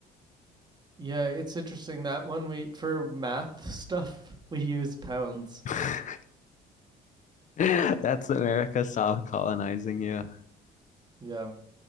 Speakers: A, on the right (about 25°); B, on the left (about 45°).
A: yeah it's interesting that one we for math <laughs> stuff we use pounds
B: <laughs> That's America soft colonizing you.
A: yeah